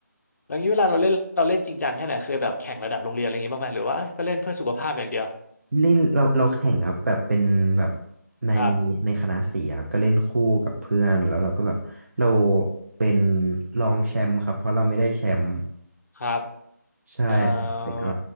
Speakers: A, on the left (about 60°); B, on the right (about 55°).
A: แล้วงี้เวลาเราเล่นเราเล่นจริงจังแค่ไหนเคยแบบแข่งระดับโรงเรียนอะไรอย่างงี้บ้างไหมหรือว่าเอ้ยก็เล่นเพื่อสุขภาพอย่างเดียว
B: เล่นเราเราแข่งครับแบบเป็นแบบใน
A: ครับ
B: ในคณะสีครับก็เล่นคู่กับเพื่อนแล้วเราก็แบบเราเป็นรองแชมป์ครับเพราะเราไม่ได้แชมป์
A: ครับ
B: ใช่ครับแต่ก็
A: เอ่อ